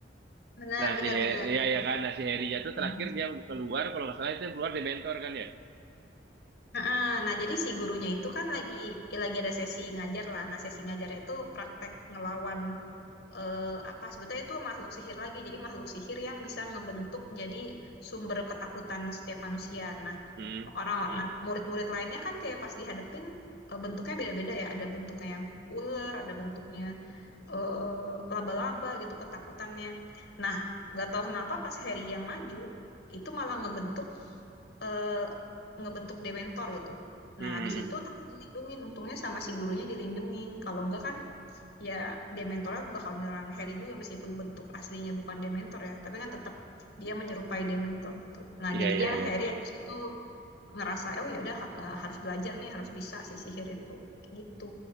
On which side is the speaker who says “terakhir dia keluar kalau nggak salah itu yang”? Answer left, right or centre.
Right